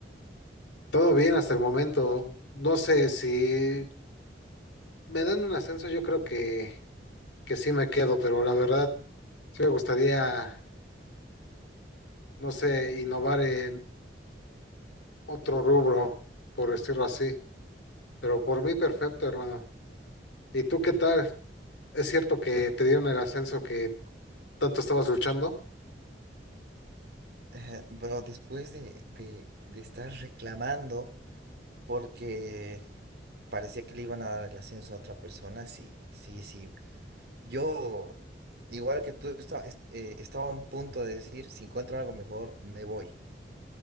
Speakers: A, on the left; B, on the right.
A: todo bien hasta el momento. No sé si me dan un ascenso, yo creo que, que sí me quedo, pero la verdad, sí me gustaría, no sé, innovar en otro rubro, por decirlo así. Pero por mí perfecto, hermano. ¿Y tú qué tal? ¿Es cierto que te dieron el ascenso que tanto estabas luchando?
B: Ajá, Bro, después de, de, de estar reclamando porque parecía que le iban a dar el ascenso a otra persona, sí, sí, sí, Yo, igual que tú, esta- est- eh, estaba a un punto de decir, si encuentro algo mejor, me voy.